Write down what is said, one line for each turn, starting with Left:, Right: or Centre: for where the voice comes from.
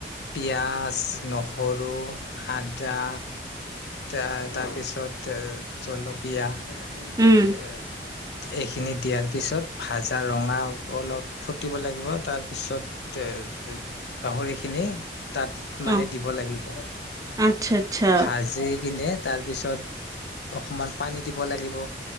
Left: পিয়াঁজ নহৰু আদা এ তাৰপিছত এ জলকীয়া এ
Right: উম
Left: এইখিনি দিয়াৰ পিছত ভাজা ৰঙা অলপ ফুটিব লাগিব। তাৰ পিছত তে গাহৰিখিনি তাত মানে
Right: অ
Left: দিব লাগিব।
Right: আচ্ছা আচ্ছা
Left: ভাজি কিনে তাৰপিছত অকণমান পানী দিব লাগিব।